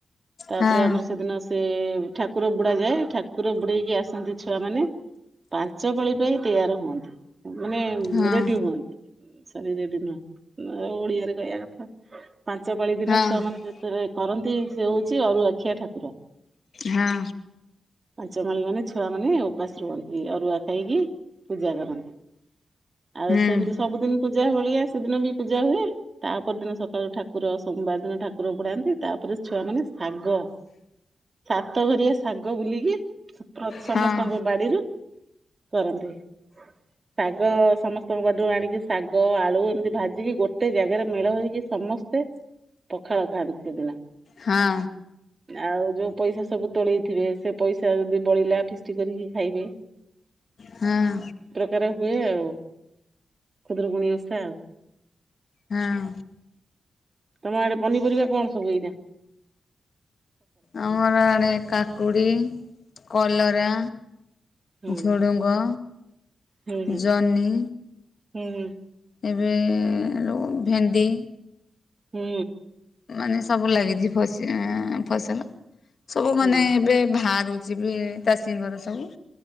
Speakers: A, on the right (about 45°); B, on the left (about 65°).
A: ତାପରେ
B: ହଁ
A: ଆମର ସେଦିନ ସେ ଠାକୁର ବୁଡା ଯାଏ ଠାକୁର ବୁଡ଼େଇ କି ଆସନ୍ତି ଛୁଆମାନେ। ପାଞ୍ଚପାଳି ପାଇଁ ତେୟାର ହୁଅନ୍ତି ମାନେ
B: ହଁ
A: ରେଡ଼ି ହୁଅନ୍ତି। <unintelligible> ଓଡ଼ିଆରେ କହିବା କଥା। ପାଞ୍ଚ ପାଳି ଦିନ
B: ହଁ
A: ଛୁଆ ମାନେ ଯେତେଳେ କରନ୍ତି ସେ ହଉଛି ଅରୁଆଖିଆ ଠାକୁର।
B: ହଁ।
A: ପାଞ୍ଚପାଳି ମାନେ ଛୁଆ ମାନେ ଉପାସ ରୁହନ୍ତି ଅରୁଆ ଖାଇକି ପୂଜା କରନ୍ତି। ଆଉ
B: ହୁଁ
A: ସେମିତି ସବୁଦିନ ପୂ ପୂଜା ଭଳିଆ ସେଦିନ ବି ପୂଜା ହୁଏ ତାପର ଦିନ ସକାଳୁ ଠାକୁର ସୋମବାର ଦିନ ଠାକୁର ବୁଡାନ୍ତି ତାପରେ ଛୁଆ ମାନେ ଶାଗ ସାତଘରିଆ ଶାଗ ବୁଲିକି
B: ହଁ
A: ସମସ୍ତଙ୍କ ବାଡ଼ିରୁ କରନ୍ତି। ଶାଗ ସମସ୍ତଙ୍କ ବାଡ଼ିରୁ ଆଣିକି ଶାଗ ଆଳୁ ଏମିତି ଭାଜିକି ଗୋଟେ ଜାଗାରେ ମେଳ ହେଇକି ସମ ସମସ୍ତେ ପଖାଳ ଖାଆନ୍ତି ସେଦିନ
B: ହଁ
A: ଆଉ ଯୋଉ ପଇସା ସବୁ ତୋଳେଇଥିବେ ସେ ପଇସା ଯଦି ବଳିଲା ଫିଷ୍ଟି କରିକି ଖାଇବେ।
B: ହଁ।
A: <unintelligible> ହୁଏ ଆଉ ଖୁଦୁରୁକୁୁଣୀ ଓଷା ।
B: ହଁ।
A: ତମ ଆଡ଼େ ପନିପରିବା କଣ ସବୁ ଏଇନେ?
B: ଆମର ଆଡେ କାକୁଡ଼ି, କଲରା
A: ହୁଁ
B: ଝୁଡ଼ଙ୍ଗ,
A: ହୁଁ
B: ଜହ୍ନି।
A: ହୁଁ ହୁଁ।
B: ଏବେ <unintelligible> ଭେଣ୍ଡି
A: ହୁଁ।
B: ମାନେ ସବୁ ଲାଗିଛି ଫ ଫସଲ ସବୁ ମାନେ
A: ହୁଁ
B: ଏବେ ବାହାରୁ ଯିବେ ଚାଷୀଙ୍କର ସବୁ